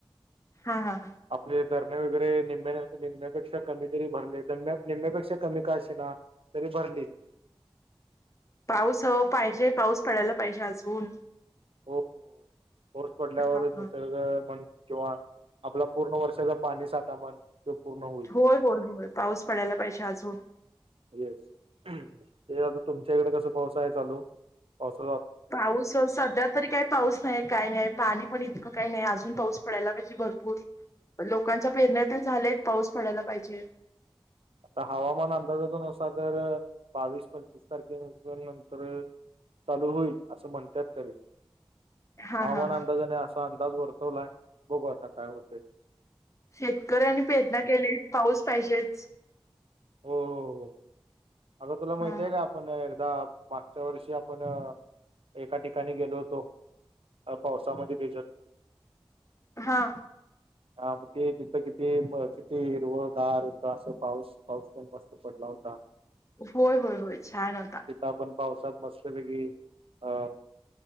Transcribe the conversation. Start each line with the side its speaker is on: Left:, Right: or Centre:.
Left: हा हा
Right: आपले धरणे वगैरे नि निमण्यापेक्षा कमी तरी भरलेमम्या निम्म्यापेक्षा कमी काय ना तरी भरली.
Left: पाऊस हो पाहिजे पाऊस पडायला पाहिजे अजून.
Right: हो पाऊस पडल्यावरच
Left: हा
Right: निसर्ग
Left: हा
Right: मन किंवा आपला पूर्ण वर्षाच पाणी साता म्हण ते पूर्ण होईल
Left: होय होय होय पाऊस पडायला पाहिजे अजून
Right: येस ते आता तुमच्याकडे कसं पावसा आहे चालू पावसा
Left: पाऊस सध्या तरी काही पाऊस नाही काय नाही पाणी पण इतकं काही नाही अजून पाऊस पडायला पाहिजे भरपूर लोकांच्या पेरण्या ते झालेत पाऊस पडायला पाहिजे
Right: आता हवामान अंदाजातून असा तर बावीस पंचवीस तारखे नंतर चालू होईल असं म्हणतात तरी
Left: हा
Right: हवामान
Left: हा हा
Right: अंदाजाने असा अंदाज वर्तवलाय बघू आता काय होतय
Left: शेतकऱ्यांनी पेरणी केले पाऊस पाहिजेच.
Right: हो हो आता तुला माहिती
Left: हा
Right: आहे का आपण एकदा मागच्या वर्षी आपण एका ठिकाणी गेलो होतो. पावसामध्ये भेजत?
Left: हा.
Right: हा मग ते, तिथं किती म किती हिरवंगारए. असं पाऊस. पाऊस पण मस्त पडला होता.
Left: होय होय होय. छान होता.
Right: आता आपण पावसात मस्तपैकी अ-